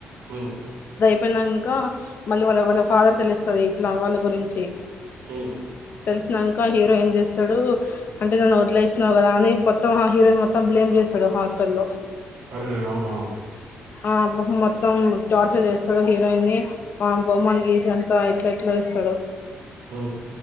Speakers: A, on the right; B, on the left.
A: హు
B: యింకా మళ్ళీ వాళ్ళ వా ఫాదర్ తెలుస్తుంది ఇట్లా వాళ్ళ గురించి
A: హు
B: శినాంకా హీరోయిన్ చేస్తాడు అంటే నన్ను వదిలేసినావు కదా అని మొత్తం ఆ హీరోయిన్ని మొతం బ్లేమ్ చేస్తాడు హాస్టల్లో
A: అరే అవునా
B: ఆ మొత్తం టార్చర్ చేస్తాడు హీరోయిన్ని ఆ బొమ్మలు గీసి ఇ అంత ఇట్లా ఇట్లా చెస్తాడు
A: ఆ